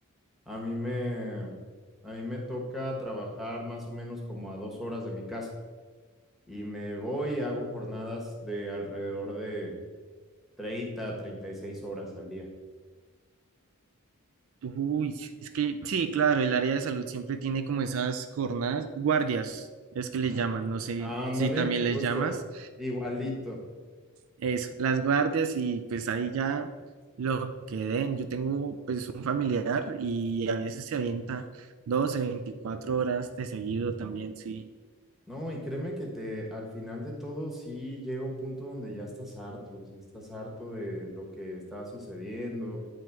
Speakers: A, in the centre; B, on the right (about 65°).
A: A mí me, a mí me toca trabajar más o menos como a dos horas de mi casa y me voy y hago jornadas de alrededor de 30 a 36 horas al día.
B: Uy, es que sí, claro, el área de salud siempre tiene como esas jornadas, guardias, es que les llaman, no sé
A: Ándale,
B: si también
A: justo,
B: les llamas.
A: igualito.
B: Eso, las guardias y pues ahí ya lo que den. Yo tengo pues un familiar y a veces se avienta 12, 24 horas de seguido también, sí.
A: No, y créeme que te, al final de todo, sí llega un punto donde ya estás harto, o sea, estás harto de lo que está sucediendo,